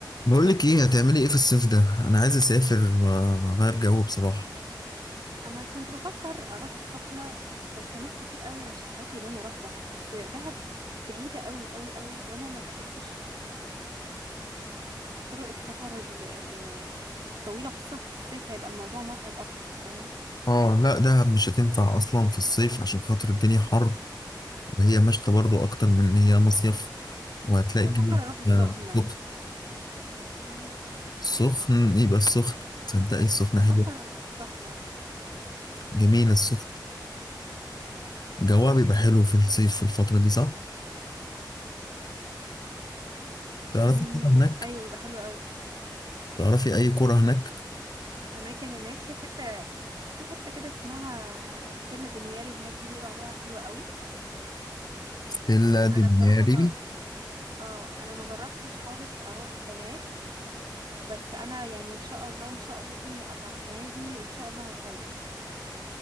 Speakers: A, on the left; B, on the right.
A: بقول لك ايه هتعملي ايه في الصيف ده انا عايز اسافر واغير جو بصراحه
B: انا كنت بفكر اروح السخنه بس ناس كتير قوي رشحت لي ان انا اروح دهب بس دهب بعيده قوي قوي قوي وانا ما بحبش طرق السفر ال- ال- الطويله خصوصا في الصيف هيبقى الموضوع متعب اكتر فاهم
A: اه لا دهب مش هتنفع اصلا في الصيف عشان خاطر الدنيا حر وهي مشتى برضو اكتر من ان هي مصيف وهتلاقي
B: بفكر
A: الجو بيبقى
B: اروح السخنه
A: سخن
B: مم.
A: سخن يبقى السخن تصدقي
B: مم.
A: السخن
B: بفكر
A: حلو
B: اروح السخنه
A: جميل السخن جوها بيبقى حلو في الصيف في الفتره دي صح تعرفي
B: امم
A: كرة هناك
B: ايوه بيبقى حلو قوي
A: تعرفي اي كرة هناك
B: انا كان هناك في حته في حته كده اسمها ستيلا دمياري هناك دي بيقولوا عليها حلوه قوي
A: ستيلا دمياري
B: انا بصراحه ما اه انا ما جربتش خالص اروح هناك بس انا يعني ان شاء الله ان شاء الله بدون مقاطعة السنة دي ان شاء الله هصيف